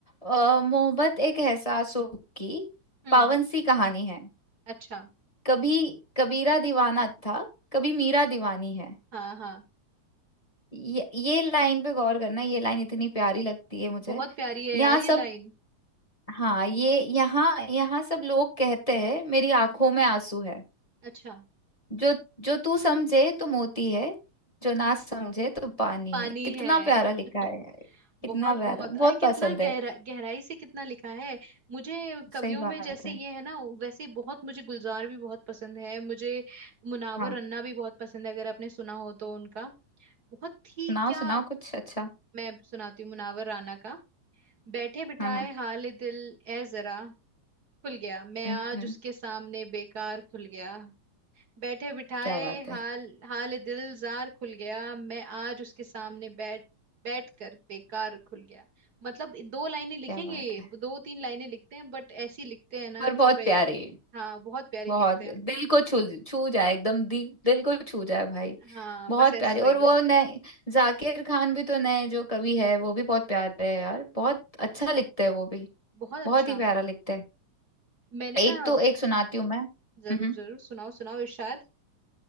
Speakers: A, on the left; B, on the right.
A: अ, मोहब्बत एक एहसासों की
B: हम्म
A: पावन सी कहानी है
B: अच्छा
A: कभी कबीरा दीवाना था कभी मीरा दीवानी है
B: हाँ हाँ
A: ये ये लाइन पे गौर करना ये लाइन इतनी प्यारी लगती है मुझे
B: बहुत प्यारी है
A: यहाँ
B: यार
A: सब
B: ये लाइन
A: हाँ ये यहाँ यहाँ सब लोग कहते हैं मेरी आंखों में आंसू है
B: अच्छा
A: जो जो तू समझे तो मोती है जो ना समझे तो पानी
B: पानी
A: है कितना
B: है
A: प्यारा लिखा
B: <laughs>
A: है कितना
B: बहुत
A: प्यारा
B: बहुत
A: बहुत
B: अरे कितना
A: पसंद है
B: गहरा गहराई से कितना लिखा है मुझे कवियों
A: सही बात
B: में जैसे
A: है
B: ये है ना वैसे बहुत मुझे गुलजार भी बहुत पसंद है मुझे मुनावर
A: हाँ
B: रन्ना भी बहुत पसंद है अगर आपने सुना हो तो उनका बहुत ही
A: सुनाओ
B: क्या
A: सुनाओ कुछ अच्छा
B: मैं सुनाती हूँ मुनावर राना का बैठे बिठाए
A: हाँ हाँ
B: हाल दिल ए जरा खुल गया मैं
A: हम्म
B: आज
A: हम्म
B: उसके सामने बेकार खुल गया बैठे बिठाए
A: क्या बात
B: हाल
A: है
B: हाल दिलजार खुल गया मैं आज उसके सामने बैठ बैठ कर बेकार खुल गया मतलब दो लाइनें लिखेंगे
A: क्या बात
B: ये
A: है
B: दो तीन लाइनें लिखते हैं बट ऐसी लिखते हैं ना
A: पर
B: कि
A: बहुत
B: भाई
A: प्यारे
B: हाँ बहुत प्यारी
A: बहुत
B: लिखते हैं
A: दिल को छू छू जाए एकदम दी, दिल को छू जाए भाई
B: हाँ
A: बहुत
B: बस ऐसा
A: प्यारे और
B: ही कुछ
A: वो नए जाकिर खान भी तो नए जो कवि है वो भी बहुत प्यारे है यार बहुत अच्छा लिखते हैं वो भी
B: बहुत
A: बहुत
B: अच्छा
A: ही प्यारा लिखते हैं
B: मैंने
A: एक
B: ना
A: तो एक सुनाती हूँ मैं हम्म
B: जरूर
A: हम्म।
B: जरूर सुनाओ सुनाओ इरशाद